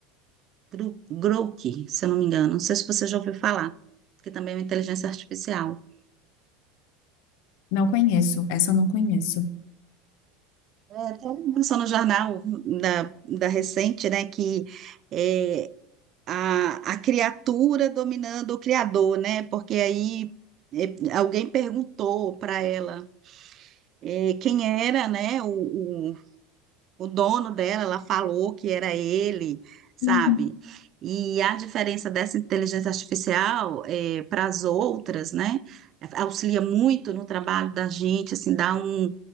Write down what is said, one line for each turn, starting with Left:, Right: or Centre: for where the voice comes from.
Right: Gru- Grok, se eu não me engano. Não sei se você já ouviu falar, que também é uma inteligência artificial.
Left: Não conheço. Essa eu não conheço.
Right: É, tem uma informação no jornal da, da recente, né, que é, a, a criatura dominando o criador, né? Porque aí é, alguém perguntou para ela é, quem era, né, o, o dono dela, ela falou que era ele, sabe?
Left: Uhum.
Right: E a diferença dessa inteligência artificial eh, para as outras, né? Auxilia muito no trabalho da gente, assim, dá um,